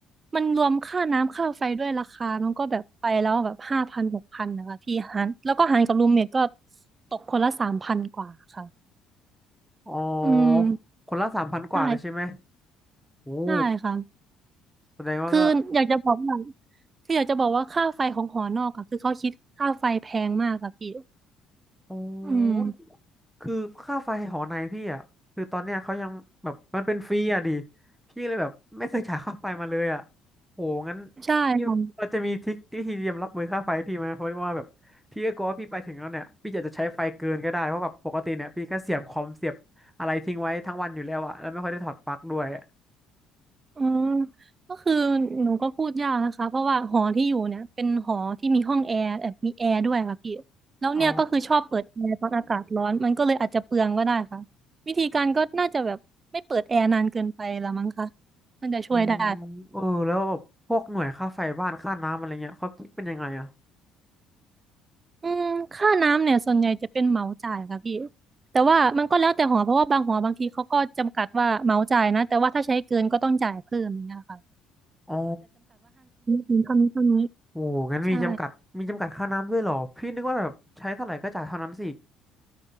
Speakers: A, on the right (about 35°); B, in the centre.
A: มันรวมค่าน้ำค่าไฟด้วยราคามันก็แบบไปแล้วแบบห้าพันหกพันนะคะพี่หารแล้วก็หารกับรูมเมทก็ตกคนละสามพันกว่าค่ะ
B: อ๋อคนละสามพันกว่าเลยใช่ไหม
A: อืมใช่
B: โอ้
A: ใช่ค่ะ
B: แสดงว่าก็
A: คืออยากจะบอกว่าคืออยากจะบอกว่าค่าไฟของหอนอกอะคือเขาคิดค่าไฟแพงมากค่ะพี่
B: โอ
A: อืม
B: ้ คือค่าไฟหอในพี่อ่ะคือตอนเนี้ยเขายังแบบมันเป็นฟรีอ่ะดิพี่เลยแบบไม่เคยจ่ายค่าไฟมาเลยอ่ะโหงั้น
A: ใช่ค่ะ
B: พี่เราจะมีทริคที่ทีเตรียมรับมือค่าไฟพี่ไหมเพราะว่าแบบพี่ก็กลัวว่าพี่ไปถึงแล้วเนี่ยพี่จะจะใช้ไฟเกินก็ได้เพราะแบบปกติเนี่ยพี่ก็เสียบคอมเสียบอะไรทิ้งไว้ทั้งวันอยู่แล้วอ่ะแล้วไม่ค่อยได้ถอดปลั๊กด้วยอะ
A: อืมก็คือหนูก็พูดยากนะคะเพราะว่าหอที่อยู่เนี่ยเป็นหอที่มีห้องแอร์แบบมีแอร์ด้วยค่ะพี่แล้วเนี่ยก็คือชอบเปิดแอร์ตอนอากาศร้อนมันก็เลยอาจจะเปลืองก็ได้ค่ะวิธีการก็น่าจะแบบไม่เปิดแอร์นานเกินไปละมั้งคะ
B: อ๋อ
A: มันจะช่วยได้
B: อ๋อเออแล้วพวกหน่วยค่าไฟบ้านค่าน้ำอะไรเงี้ยเขาคิดเป็นยังไงอ่ะ
A: อืมค่าน้ำเนี่ยส่วนใหญ่จะเป็นเหมาจ่ายค่ะพี่แต่ว่ามันก็แล้วแต่หอเพราะว่าบางหอบางทีเขาก็จำกัดว่าเหมาจ่ายนะแต่ว่าถ้าใช้เกินก็ต้องจ่ายเพิ่มอย่างเนี่ยค่ะ
B: อ๋อ
A: อืมเท่านี้เท่านี้
B: โอ้งั้นมีจำกัด
A: ใช่
B: มีจำกัดค่าน้ำด้วยเหรอ พี่นึกว่าแบบใช้เท่าไหร่ก็จ่ายเท่านั้นสิ